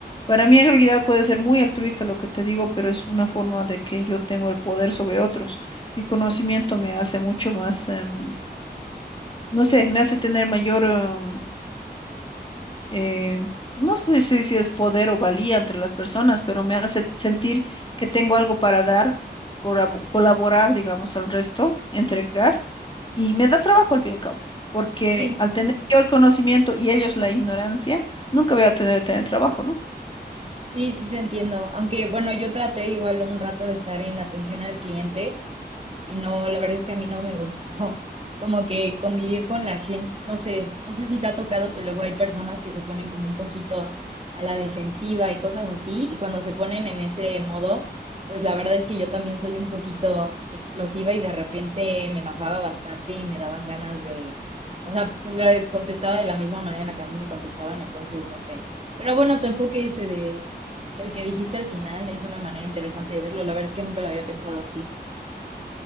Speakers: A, on the left; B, on the right.
A: Para mí en realidad puede ser muy altruista lo que te digo, pero es una forma de que yo tengo el poder sobre otros. Mi conocimiento me hace mucho más, em, no sé, me hace tener mayor, em, eh, no sé si, si es poder o valía entre las personas, pero me hace sentir que tengo algo para dar, corabo- colaborar, digamos, al resto, entregar, y me da trabajo al fin y al cabo, porque
B: Sí.
A: al tener yo el conocimiento y ellos la ignorancia, nunca voy a tener, tener trabajo, ¿no?
B: Sí, sí te entiendo. Aunque bueno, yo traté igual un rato de estar en atención al cliente y no, la verdad es que a mí no me gustó <laughs> como que convivir con la gente, no sé, no sé si te ha tocado que luego hay personas que se ponen como un poquito a la defensiva y cosas así, y cuando se ponen en ese modo, pues la verdad es que yo también soy un poquito explosiva y de repente me enojaba bastante y me daban ganas de, o sea, pues les contestaba de la misma manera en la que a mí me contestaban, entonces no sé. Pero bueno, tu enfoque ese de, del que dijiste al final es una manera interesante de verlo, la verdad es que nunca lo había pensado así.